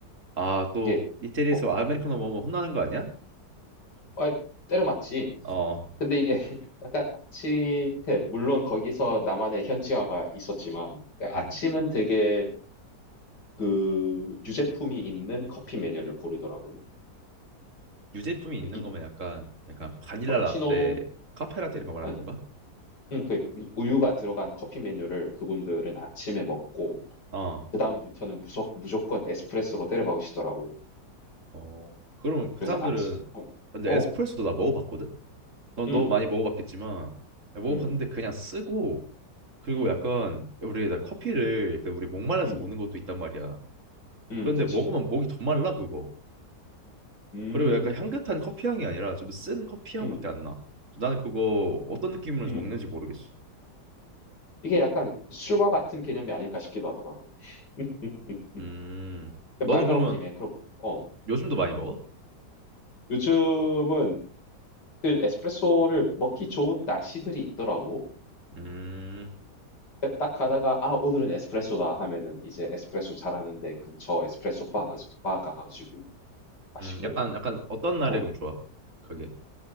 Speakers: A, on the right (about 45°); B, on the left (about 75°).
A: 아, 또
B: 이게
A: 이태리에서
B: 어.
A: 아메리카노 먹으면 혼나는 거 아니야?
B: 아, 때려 맞지.
A: 어,
B: 근데 이게 <laughs> 약간 아침 때 물론 거기서 나만의 현지화가 있었지만 그러니까
A: 음.
B: 아침은 되게 그 유제품이 있는 커피 메뉴를 고르더라고.
A: 유제품이 있는
B: 그 이
A: 거면 약간 약간 바닐라
B: 카푸치노
A: 라떼, 카페 라떼 이런 거 말하는
B: 아니
A: 건가?
B: 음, 그 우유가 들어간 커피 메뉴를 그분들은 아침에 먹고
A: 어,
B: 그 다음부터는 무조, 무조건 에스프레소로 때려박으시더라고.
A: 어. 그러면 그
B: 그래서
A: 사람들은
B: 아침 어,
A: 근데
B: 어,
A: 에스프레소도 나 먹어봤거든? 넌
B: 음,
A: 너무 많이 먹어봤겠지만 먹어봤는데
B: 음,
A: 그냥 쓰고 그리고
B: 음,
A: 약간 우리 나 커피를 약간 우리 목말라서
B: 음,
A: 먹는 것도 있단 말이야.
B: 음,
A: 그런데
B: 그치,
A: 먹으면 목이 더 말라 그거.
B: 음,
A: 그리고 약간 향긋한 커피 향이 아니라 좀 쓴 커피 향밖에
B: 음,
A: 안 나. 나는 그거 어떤
B: 음,
A: 느낌으로
B: 음.
A: 먹는지 모르겠어.
B: 이게 약간 술과 같은 개념이 아닐까 싶기도 하더라고. <laughs>
A: 음, 너는
B: 말
A: 그러면
B: 나온 김에 그럼 어
A: 요즘도 많이 먹어?
B: 요즘은 그 에스프레소를 먹기 좋은 날씨들이 있더라고.
A: 음,
B: 그러니까 딱 가다가 아 오늘은 에스프레소다 하면은 이제 에스프레소 잘하는데 근처 에스프레소 바 가지고 바 가가지고 마시고
A: 음, 약간 약간 어떤 날에
B: 어
A: 그럼 좋아? 그게.